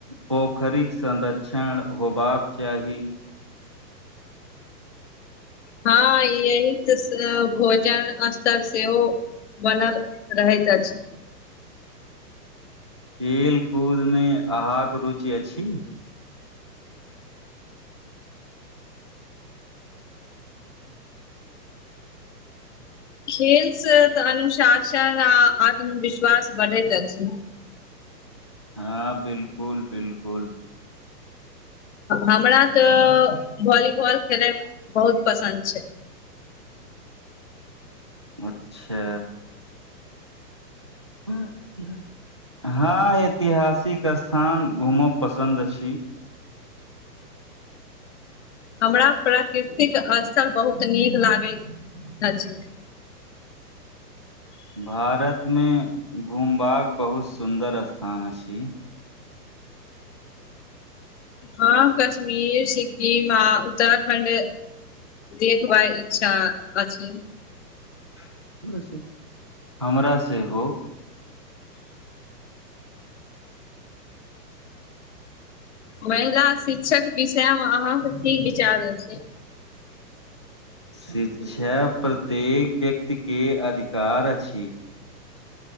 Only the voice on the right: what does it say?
पोखरिक संरक्षण होबाक चाही।
खेलकूद मे आहाँक, रुचि अछि।
हँ बिल्कुल-बिल्कुल।
अच्छा। हँ ऐतिहासिक स्थान घूमब पसंद छी।
भारत में घुमबाक बहुत सुन्दर स्थान अछी।
<unintelligible> हमरा सेहो
शिक्षा प्रत्येक व्यक्तिके अधिकार अछी।